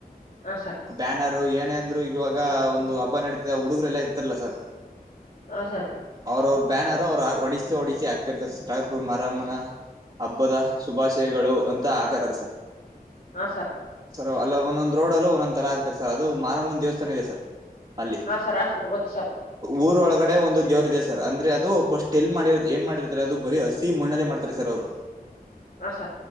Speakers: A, on the left; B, on the right.
A: ಹ ಸರ್
B: ಬ್ಯಾನರು ಏನೇ ಅಂದ್ರು ಇವಾಗ ಒಂದು ಹಬ್ಬ ನಡತ ಹುಡುಗರು ಎಲ್ಲಾ ಇರ್ತಾರಲ್ಲ ಸರ್
A: ಹ ಸರ್
B: ಅವ್ರ ಅವ್ರ ಬ್ಯಾನರ್ ಅವ ಆ ಒಡಿಿಸಶೆ ಒಡಿಶೆ ಆ ರ್ಥ ಠಾಗರ್ಪುರ್ ಮಾರಮ್ಮನ ಹಬ್ಬದ ಶುಭಾಶಯಗಳು ಅಂತ ಆಕತರೆ ಸರ್
A: ಹಾ ಸರ್
B: ಸರ್ ಅಲ್ಲ ಒಂದೊಂದ್ ರೋಡ್ ಅಲ್ಲ ಒಂದೊಂದ್ ತರ ಆಗ್ತಾರೆ ಸರ್ ಅದು ಮಾರಮ್ಮಂದು ದೇವಸ್ಥಾನ ಇದೆ ಸರ್ ಅಲ್ಲಿ
A: ಹಾ ಸರ್ ಹಾ ಸರ್ ಗೊತ್ತು ಸರ್
B: ಊರೊಳಗ ಕಡೆ ಒಂದು ದೇವರು ಇದೆ ಸರ್ ಅಂದ್ರೆ ಅದು ಫಸ್ಟ್ ಎಲ್ ಮಾಡಿ ಏನ್ ಮಾಡಿರ್ತಾರೆ ಅದು ಬರೀ ಹಸಿ ಮುಣ್ಣನೇ ಮಾಡ್ತಾರೆ ಸರ್ ಅವ್ರು
A: ಆಸಾ